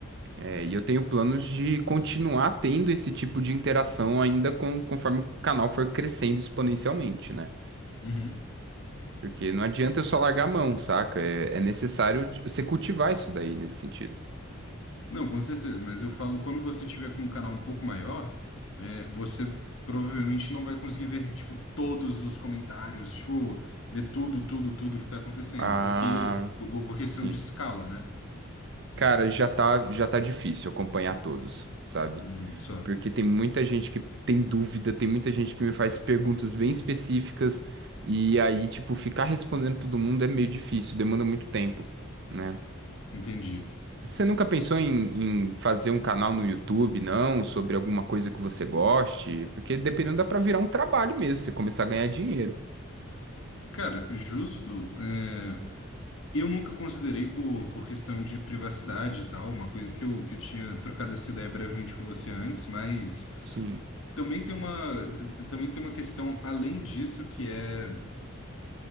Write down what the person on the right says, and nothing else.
É, e eu tenho planos de continuar tendo esse tipo de interação ainda com, conforme o canal for crescendo exponencialmente, né?
Porque não adianta eu só largar a mão, saca? É, é necessário de- você cultivar isso daí nesse sentido.
Ah,
sim.
Cara, já tá, já tá difícil acompanhar todos, sabe?
Porque tem muita gente que tem dúvida, tem muita gente que me faz perguntas bem específicas, e aí, tipo, ficar respondendo todo mundo é meio difícil, demanda muito tempo, né?
Você nunca pensou em, em fazer um canal no YouTube, não? Sobre alguma coisa que você goste? Porque dependendo, dá pra virar um trabalho mesmo, você começar a ganhar dinheiro.
Sim.